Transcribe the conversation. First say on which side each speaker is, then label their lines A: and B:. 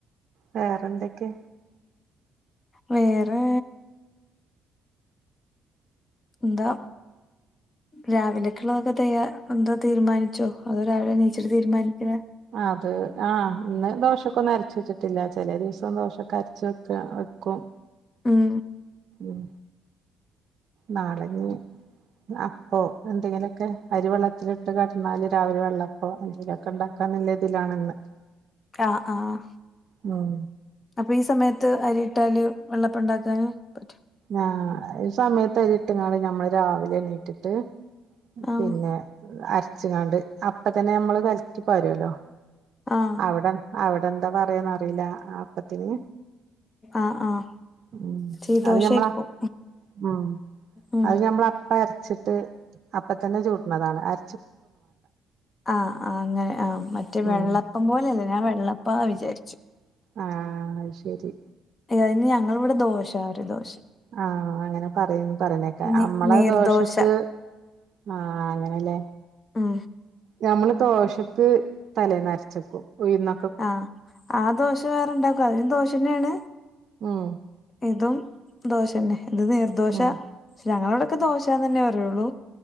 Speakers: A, on the right; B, on the left.
A: വേറെന്തൊക്കെ
B: വേറെ എന്താ രാവിലെ‌ക്കിള്ളതൊക്കെ തെയ്യ എന്താ തീരുമാനിച്ചോ അതോ രാവിലെ എനീച്ചിട്ട് തീരുമാനിക്കലാ
A: അത് ആഹ് ഇന്ന് ദോശൊക്കൊന്നും അരച്ച് വെച്ചിട്ടില്ല ചെലേ ദിവസം ദോശൊക്കെ അരച്ച് വെക്ക വെക്കും
B: ഉം
A: ഉം നാളെ ഇഞ്ഞി അപ്പോ എന്തെങ്കിലുംഒ ക്കെ അരിവെള്ളത്തിലിട്ട് കെടന്നാല് രാവിലെ വെള്ളപ്പോ എന്തേലൊക്കെ എണ്ടാക്കാന്നില്ല ഇതിലാണ് ഇന്ന്
B: ആഹ് ആഹ്
A: ഉം
B: അപ്പൊ ഈ സമയത്ത് അരിയിട്ടാല് വെള്ളപ്പം എണ്ടാക്കാന് പറ്റൊ
A: ആഹ് ഈ സമയത്ത് അരിട്ട്ങ്ങാണ്ട് ഞമ്മള് രാവിലെ എണീറ്റട്ട്
B: ആഹ്
A: പിന്നെ അരച്ചിങ്ങാണ്ട് അപ്പ തന്നെ നമ്മള് കലക്കി പകരോല്ലൊ
B: ആഹ്
A: അവടെ അവടെന്താ പറയാന്നറിയില്ല അ പ്പത്തിന്
B: ആഹ് ആഹ്
A: ഉം
B: ചീദോശായിരിക്കും
A: അത് ഞമ്മള ഉം
B: ഉം
A: അത് ഞമ്മള പ്പ അരച്ചി‌ട്ട് അപ്പ തന്ന ചുടണതാണ് അര
B: ആഹ് ആഹ് അങ്ങനെ ആഹ് മറ്റെ വെള്ള
A: ഉം
B: പ്പം പോലല്ലെ ഞാൻ വെള്ളപ്പാ വിചാരിച്ചു.
A: ആഹ് അത്‌ശെരി
B: അയ്യൊ അതിന് ഞങ്ങളിവട ദോശ പറയും ദോശ
A: ആഹ് അങ്ങന പറയുന്ന് പറയുന്നേക്കാ
B: നീ
A: അമ്മള
B: നീർദോശ
A: ദോശക്ക് ആഹ് അങ്ങനെല്ലേ
B: ഉം
A: ഞമ്മള് ദോശക്ക് തലേന്നരച്ചെക്കും ഉയ്ന്ന്
B: ആഹ് ആ ദോശ വേറെണ്ടാക്കും അതിനും ദോശന്നേണ്.
A: ഉം
B: ഇതും ദോശന്നെ ഇത് നീർദോശ
A: ഉം
B: ക്ഷെ ഞങ്ങളവിടെക്ക ദോ ശാന്നന്നെ പറയൊള്ളു